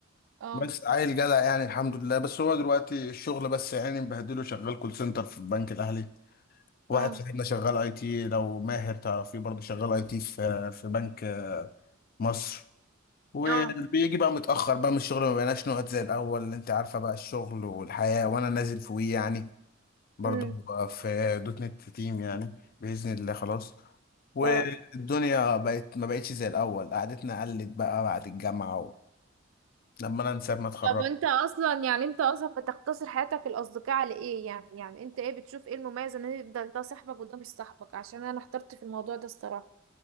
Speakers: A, on the right (about 80°); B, on the left (about 45°).
A: اه
B: بس عيل جدع يعني الحمد لله بس هو دلوقتي الشغل بس يعني مبهدله شغال كول سنتر في البنك الأهلي واحد
A: اه
B: صاحبنا شغال اي تي لو ماهر تعرفيه برضه شغال اي تي في في بنك آه، مصر وبيجي
A: اه
B: بقى متأخر بقى من الشغل ما بقيناش نقعد زي الأول انت عارفة بقى الشغل والحياة وانا نازل فوقيه يعني برضو
A: مم.
B: في دوت نت تيم يعني بإذن الله خلاص والدنيا
A: اه
B: بقت ما بقتش زي الأول قعدتنا قلت بقى بعد الجامعة و... لما أنا نسيب ما اتخرج
A: طب انت اصلا يعني انت اصلا بتقتصر حياتك الاصدقاء على ايه يعني يعني انت ايه بتشوف ايه المميز ان يفضل ده صاحبك وده مش صاحبك عشان انا احترت في الموضوع ده الصراحة